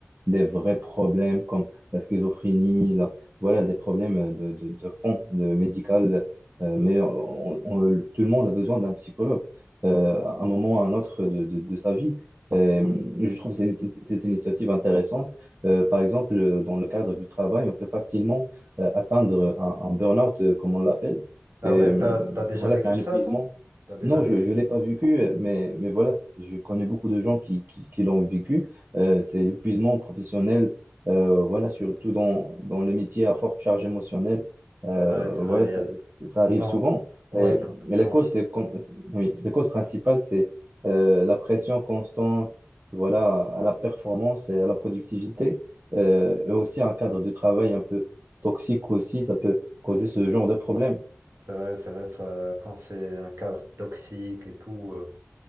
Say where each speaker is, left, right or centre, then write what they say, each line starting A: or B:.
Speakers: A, on the right; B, on the right.
A: des vrais problèmes comme la schizophrénie, la, voilà, des problèmes de, de, de fond, de médical. euh, mais on- on- tout le monde a besoin d'un psychologue euh, à un moment ou à un autre de, de- de sa vie. Euh, je trouve cette, cette initiative intéressante. Euh, par exemple, euh, dans le cadre du travail, on peut facilement euh, atteindre un, un burn-out, euh, comme on l'appelle. C'est,
B: Ah ouais,
A: euh,
B: t'as, t'as déjà
A: voilà,
B: vécu
A: c'est un
B: ça,
A: épuisement.
B: toi? T'as déjà
A: Non,
B: vécu.
A: je ne l'ai pas vécu, euh, mais, mais voilà, c- je connais beaucoup de gens qui, qui, qui l'ont vécu. Euh, c'est l'épuisement professionnel, euh, voilà, surtout dans, dans le métier à forte charge émotionnelle. Euh,
B: C'est vrai, c'est
A: voilà,
B: vrai.
A: c'est, ça arrive
B: Quand,
A: souvent.
B: ouais,
A: Et
B: quand,
A: les
B: quand
A: causes,
B: tu-
A: c'est comme, oui, les causes principales, c'est euh, la pression constante, voilà, à la performance et à la productivité, euh, et aussi un cadre de travail un peu toxique aussi, ça peut causer ce genre de problème.
B: c'est vrai, c'est vrai, ça, quand c'est un cadre toxique et tout, euh,